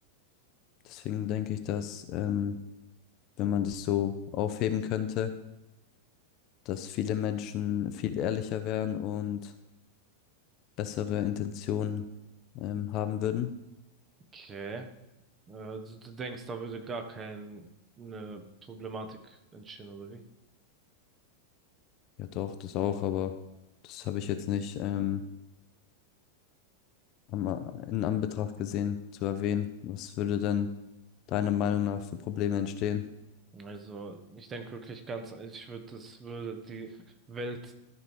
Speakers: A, on the left; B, on the right.
A: Deswegen denke ich, dass ähm, wenn man das so aufheben könnte, dass viele Menschen viel ehrlicher wären und bessere Intentionen ähm, haben würden.
B: Okay. Äh, du, du denkst, da würde gar keine Problematik entstehen, oder wie?
A: Ja, doch, das auch, aber das habe ich jetzt nicht ähm, am, in Anbetracht gesehen zu erwähnen. Was würde denn deiner Meinung nach für Probleme entstehen?
B: Also, ich denke wirklich ganz, ich würde, das würde die Welt